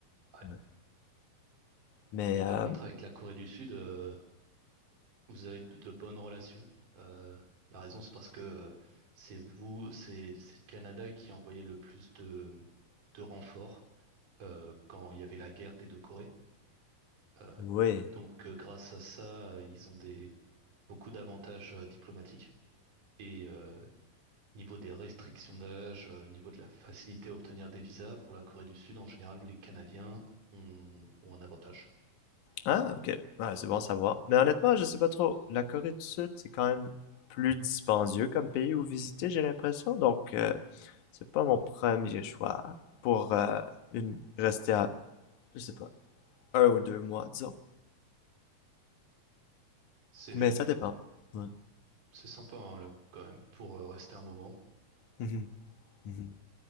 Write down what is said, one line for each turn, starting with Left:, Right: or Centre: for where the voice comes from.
Right: Ouais.
Left: Ouais. Mais,
Right: Et
Left: euh,
Right: par contre, avec la Corée du Sud, euh, Vous avez de, de bonnes relations. Euh, la raison, c'est parce que euh, c'est vous, c'est c'est le Canada qui a envoyé le plus de, de renforts euh, quand il y avait la guerre des deux Corées. Euh,
Left: oui.
Right: donc, euh, grâce à ça, euh, ils ont des beaucoup d'avantages euh, diplomatiques. Et euh, niveau des restrictions d'âge, euh, niveau de la facilité à obtenir des visas pour la Corée du Sud, en général, les Canadiens ont, ont un avantage.
Left: Ah, ok. Ah, c'est bon à savoir. Mais honnêtement, je sais pas trop. La Corée du Sud, c'est quand même plus dispendieux comme pays où visiter, j'ai l'impression. Donc, euh, c'est pas mon premier choix pour euh, une rester à, je sais pas, un ou deux mois, disons.
Right: C'est
Left: Mais ça dépend. Ouais.
Right: c'est sympa hein, là, quand même pour euh, rester un moment.
Left: Mhm. Mhm.